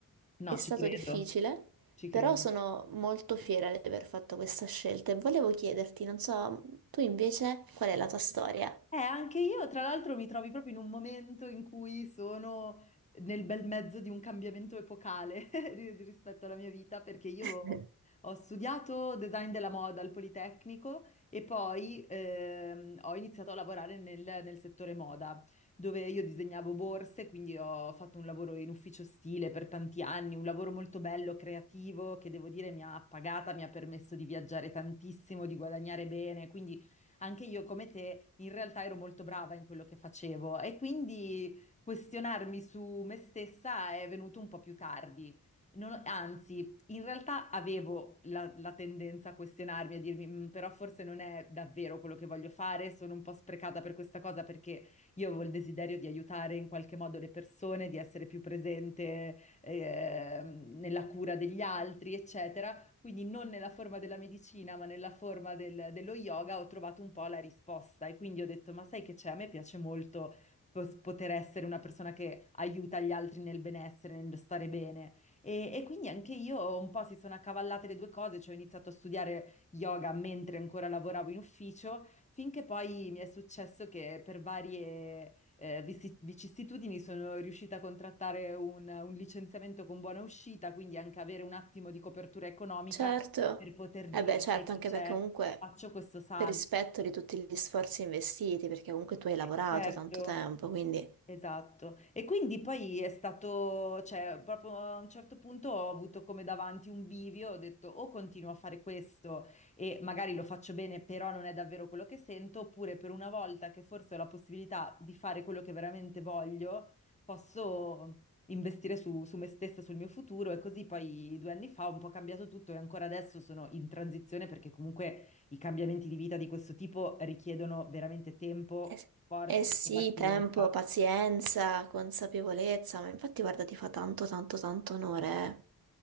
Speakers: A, on the left; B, on the right.
A: No,
B: è stato
A: ci credo,
B: difficile,
A: ci
B: però
A: credo.
B: sono molto fiera di aver fatto questa scelta e volevo chiederti, non so, tu invece qual è la tua storia?
A: Eh, anche io, tra l'altro, mi trovi proprio in un momento in cui sono nel bel mezzo di un cambiamento epocale <laughs> ri- rispetto alla mia vita, perché io
B: <laughs>
A: ho studiato design della moda al Politecnico e poi ehm, ho iniziato a lavorare nel, nel settore moda, dove io disegnavo borse, quindi ho fatto un lavoro in ufficio stile per tanti anni, un lavoro molto bello, creativo, che devo dire mi ha pagata, mi ha permesso di viaggiare tantissimo, di guadagnare bene, quindi anche io come te in realtà ero molto brava in quello che facevo e quindi questionarmi su me stessa è venuto un po' più tardi. Non- anzi, in realtà avevo la, la tendenza a questionarmi, a dirmi, "Mm, però forse non è davvero quello che voglio fare, sono un po' sprecata per questa cosa perché io avevo il desiderio di aiutare in qualche modo le persone, di essere più presente, eh, nella cura degli altri, eccetera quindi non nella forma della medicina, ma nella forma del- dello yoga, ho trovato un po' la risposta e quindi ho detto, ma sai che c'è? A me piace molto pos- poter essere una persona che aiuta gli altri nel benessere, nello stare bene. E, e quindi anche io un po' si sono accavallate le due cose, cioè ho iniziato a studiare yoga mentre ancora lavoravo in ufficio, finché poi mi è successo che per varie eh, vissi- vicissitudini sono riuscita a contrattare un, un licenziamento con buona uscita, quindi anche avere un attimo di copertura economica
B: Certo,
A: per poter
B: eh
A: dire,
B: beh, certo,
A: sai che
B: anche
A: c'è,
B: perché comunque
A: faccio questo salto.
B: per rispetto di tutti gli sforzi investiti, perché comunque tu hai lavorato
A: Eh, certo,
B: tanto tempo, quindi
A: Esatto. E quindi poi è stato, cioè, proprio a un certo punto ho avuto come davanti un bivio, ho detto o continuo a fare questo e magari lo faccio bene, però non è davvero quello che sento, oppure per una volta che forse ho la possibilità di fare quello che veramente voglio, posso investire su, su me stessa, sul mio futuro e così poi due anni fa ho un po' cambiato tutto e ancora adesso sono in transizione perché comunque i cambiamenti di vita di questo tipo richiedono veramente tempo,
B: eh,
A: forze
B: eh sì,
A: e pazienza.
B: tempo, pazienza, consapevolezza, ma infatti guarda, ti fa tanto, tanto, tanto onore, eh.